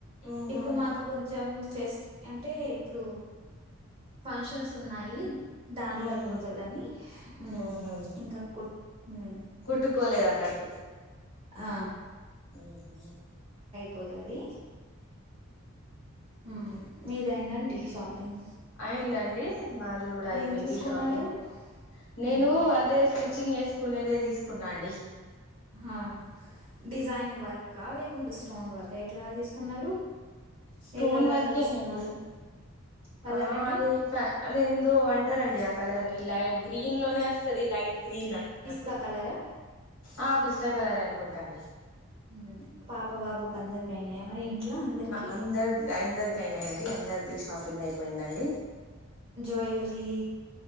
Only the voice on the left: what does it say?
ఉహు
ఉహు
ఉహు
కుట్టుకోలేదు అన్నట్టు
ఉ హు
అయిందండి మాది కూడా అయిపోయింది
షాపింగ్ నేను
అదే స్టిచ్చింగ్ వేసుకునేదే తీసుకున్నా అండి
స్టోన్
వర్కేనండి
ఆ
అది అద ఏందోఅంటారండి ఆ కలర్ ని లాయా గ్రీన్ లోనే వస్తుంది లైట్ గ్రీన్ అన్నట్టు
ఆ పిస్తా కలరే అనుకుంటాండి
అందరి అందరికి అయినాడి అందరు తీసు షాపింగ్ అయి అ పోయిదా అండి